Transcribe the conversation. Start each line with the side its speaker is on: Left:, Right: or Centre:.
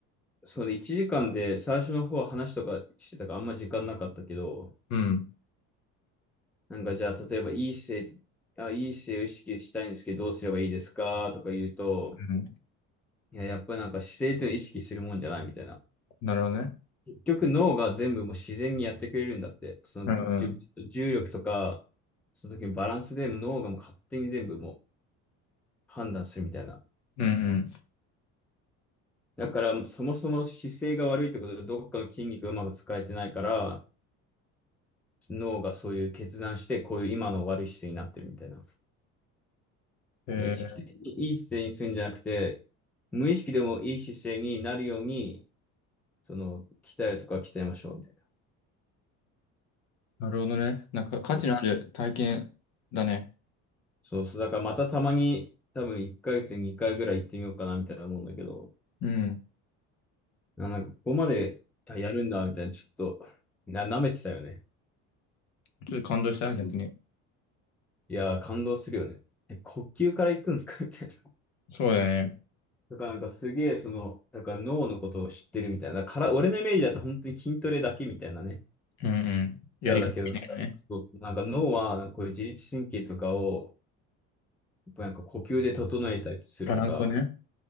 Centre: その1時間で最初の方は話とかしてたからあんま時間なかったけど、
Left: うん。
Centre: なんかじゃあ、例えば、いい姿勢、あ、いい姿勢を意識したいんですけど、どうすればいいですかとか言うと、
Left: うん。
Centre: いや、やっぱりなんか姿勢っていうのは意識するもんじゃないみたいな。
Left: なるほどね。
Centre: 結局脳が全部もう自然にやってくれるんだって。その重重力とか、
Left: うんうん。
Centre: その時のバランスでも脳がもう勝手に全部もう判断するみたいな。
Left: うん
Centre: だからもうそもそも姿勢が悪いってことで、どっかの筋肉がうまく使えてないから、脳がそういう決断して、こういう今の悪い姿勢になってるみたいな。
Left: うん。えー、
Centre: 意識的にいい姿勢にするんじゃなくて、無意識でもいい姿勢になるように、その、鍛えるとか鍛えましょうみたいな。
Left: なるほどね。なんか価値のある体験だね。
Centre: そう、そうそう、だからまたたまに、多分1ヶ月に2回ぐらい行ってみようかなみたいな思うんだけど、
Left: うん。
Centre: あなんかここまであやるんだみたいな、ちょっと、な、舐めてたよね。
Left: ちょっと感動した、逆に。
Centre: いやー、感動するよね。え、呼吸から行くんですかみたいな。
Left: そうだね。
Centre: だからなんかすげえ、その、だから脳のことを知ってるみたいな。から、俺のイメージだと本当に筋トレだけみたいなね。
Left: うんうん。やり方みたいなね。
Centre: だだけど、なんか、そう、なんか脳は、こういう自律神経とかを、なんか呼吸で整えたりするとか、
Left: バランスをね。